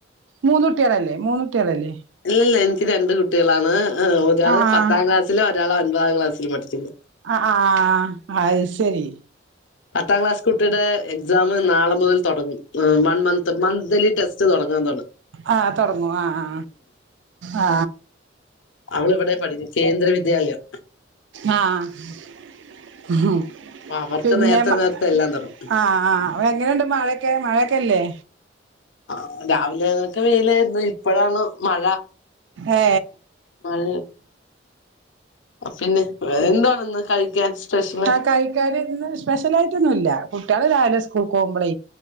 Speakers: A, on the right; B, on the left.
A: മൂന്നുട്ടൃളല്ലേ മൂന്നുട്ടൃളല്ലേ
B: ഇല്ലല്ല എനിക്ക് രണ്ട് കുട്ടികളാണ് ഒരാള്
A: ആഹ്
B: പത്താം ക്ലാസ്സില് ഒരാള് ഒൻപതാം ക്ലാസ്സില് പഠിക്കുന്നു
A: ആ ആ അഹ് അതുശരി
B: പത്താം ക്ലാസ് കുട്ടിയുടെ എക്സാം നാളെ മുതൽ തൊടങ്ങും ആ വൺമന്ത് മന്ത്ലി ടെസ്റ്റ് തൊടങ്ങാൻ തൊട
A: ആ തൊടങ്ങൂ ആ ആ ആ
B: അവള് ഇവിടെ പഠിക്കുന്നെ കേന്ദ്ര വിദ്യാലയം
A: ആ ആ
B: അപ്പൊ അവർക്ക്
A: പിന്നെ
B: നേരത്തെ
A: മ
B: നേരത്തെ എല്ലാം തൊടങ്ങും
A: ആ ആ എങ്ങനെയുണ്ട് മഴൊക്കെ മഴക്കെല്ലേ
B: ആ രാവിലെയൊക്കെ വെയിലായിരുന്ന് ഇപ്പോഴാണ് മഴ
A: ഏ
B: മഴ പിന്നെ വേറന്താണിന്ന് കഴിക്കാൻ സ്പെഷ്യല്
A: ആ കഴിക്കാന് ഇന്ന് സ്പെഷ്യലായിട്ടൊന്നുല്ല കുട്ട്യള് രാവിലെ സ് ക് കോകുമ്പോളെ